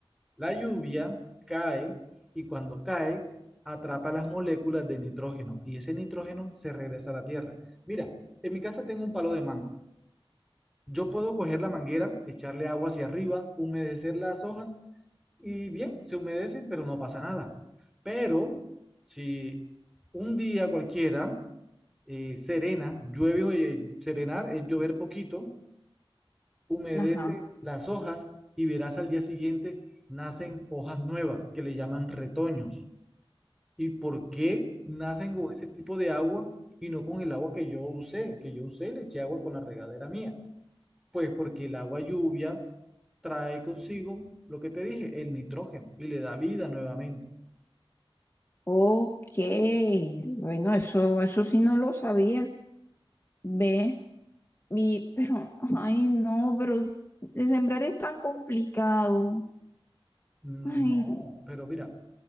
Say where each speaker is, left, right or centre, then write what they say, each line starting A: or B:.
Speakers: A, in the centre; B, on the left.
A: La lluvia cae y cuando cae atrapa las moléculas de nitrógeno y ese nitrógeno se regresa a la tierra. Mira, en mi casa tengo un palo de mango. Yo puedo coger la manguera, echarle agua hacia arriba, humedecer las hojas y bien, se humedecen, pero no pasa nada. Pero si un día cualquiera, eh, serena, llueve, o, eh, serenar es llover poquito, humedece
B: Ajá.
A: las hojas y verás al día siguiente nacen hojas nuevas que le llaman retoños. ¿Y por qué nacen con ese tipo de agua y no con el agua que yo usé? Que yo usé, le eché agua con la regadera mía. Pues porque el agua lluvia trae consigo lo que te dije, el nitrógeno, y le da vida nuevamente.
B: Ok, bueno, eso, eso sí no lo sabía. Ve, y, pero, ay, no, pero de sembrar es tan complicado.
A: No,
B: Ay.
A: pero mira,